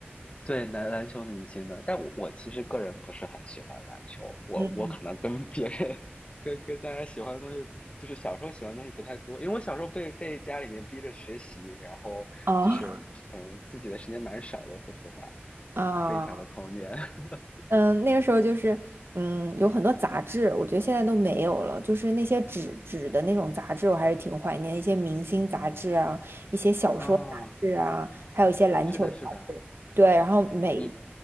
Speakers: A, on the left; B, on the right.
A: 对，篮篮球明星的，但我我其实个人不是很喜欢篮球，我我可能跟别人
B: 嗯，
A: <laughs> 跟跟大家喜欢的东西，就是小时候喜欢的东西不太多，因为我小时候被被家里面逼着学习，然后就是嗯自己的时间蛮少的，
B: 哦
A: 说实话，
B: 啊。
A: 悲惨的童年。
B: <laughs>
A: <laughs>
B: 嗯，那个时候就是，嗯，有很多杂志，我觉得现在都没有了。就是那些纸纸的那种杂志，我还是挺怀念一些明星杂志啊，一些小说杂志啊，
A: 啊，
B: 还有一些篮球杂志。
A: 是的，是的，
B: 对，然后每
A: 你